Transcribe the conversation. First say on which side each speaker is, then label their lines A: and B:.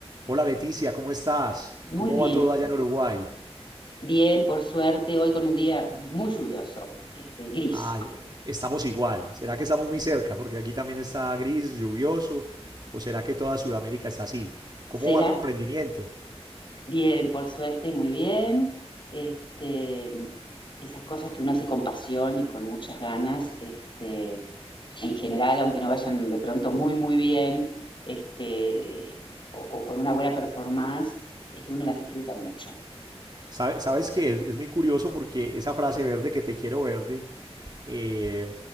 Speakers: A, on the right (about 40°); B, on the left (about 50°).
A: Hola Leticia, ¿cómo estás?
B: Muy
A: ¿Cómo
B: bien,
A: va todo allá en Uruguay?
B: bien, por suerte, hoy con un día muy lluvioso, este, gris.
A: Ay, estamos igual. ¿Será que estamos muy cerca? Porque aquí también está gris, lluvioso. ¿O será que toda Sudamérica está así? ¿Cómo
B: ¿Será?
A: va tu emprendimiento?
B: Bien, por suerte, muy bien. Este, esas cosas que uno hace con pasión y con muchas ganas, este, en general, aunque no vayan de pronto muy, muy bien, este, o, o con una buena performance, este, uno las disfruta mucho.
A: Sabe- ¿Sabes qué? Es, es muy curioso porque esa frase verde que te quiero verde, eh,